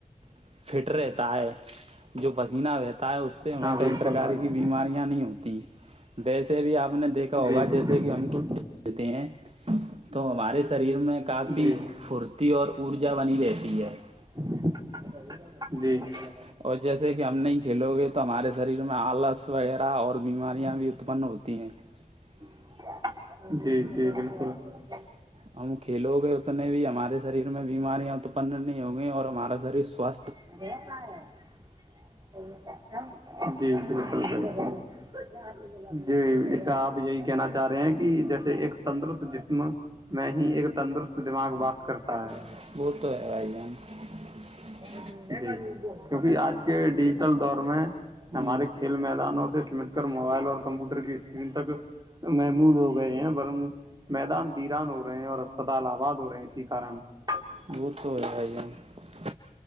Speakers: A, on the right; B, on the right.
A: <inaudible> <inaudible>
B: ہاں بالکل بھائی
A: <inaudible>
B: جی بالکل بالکل
A: <inaudible> <inaudible>
B: جی <inaudible>
A: <inaudible>
B: <inaudible>
A: <inaudible> <inaudible>
B: <inaudible> <inaudible> <inaudible> <unintelligible>
A: <inaudible>
B: <inaudible>
A: ہ
B: <inaudible> <inaudible>
A: <inaudible>